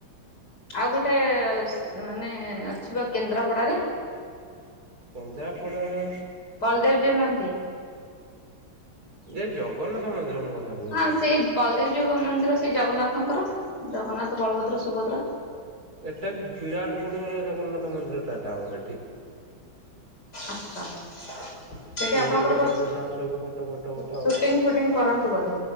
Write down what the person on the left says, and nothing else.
ଆଉ ଗୋଟେ ମାନେ ଅଛି ପା କେନ୍ଦ୍ରାପଡ଼ାରେ?
ବଳଦେବ ଜୀଉ ନାହାନ୍ତି?
ହଁ ସେଇ ବଳଦେବଜୀଉ ମନ୍ଦିର ସେଇ ଜଗନ୍ନାଥଙ୍କର ଜଗନ୍ନାଥ, ବଳଭଦ୍ର, ସୁଭଦ୍ରା।
ଆଛା ସେଠି
ଆପଣଙ୍କର
ବସ୍
ସୁଟିଂ ଫୁଟିଂ କରନ୍ତି ବୋଧେ?